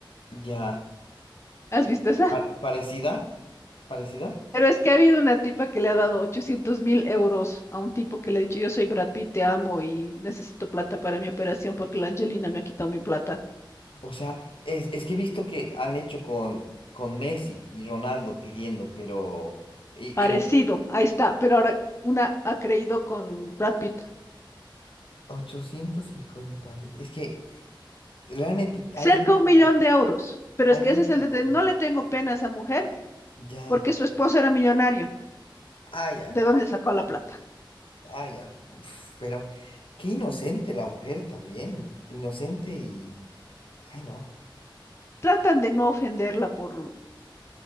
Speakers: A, on the left; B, on the left.
A: ya.
B: ¿Has
A: Y
B: visto esa?
A: pa- parecida, parecida.
B: Pero es que ha habido una tipa que le ha dado 800 mil euros a un tipo que le ha dicho, yo soy Brad Pitt, te amo y necesito plata para mi operación porque la Angelina me ha quitado mi plata.
A: O sea, es, es que he visto que han hecho con, con Messi y Ronaldo pidiendo, pero. i-
B: Parecido,
A: Igual
B: ahí está. Pero ahora una ha creído con Brad Pitt.
A: ochocientos cincuenta Es que realmente hay
B: Cerca
A: gente,
B: de un millón de euros. Pero
A: hay
B: es que
A: gente
B: ese es el detalle.
A: que
B: No le tengo pena a esa mujer
A: ya,
B: porque su esposo era millonario.
A: ah, ya,
B: ¿De
A: bueno,
B: dónde sacó la plata?
A: ah, ya, uf, pero qué inocente la mujer también, inocente y, ay, no,
B: Tratan de no ofenderla por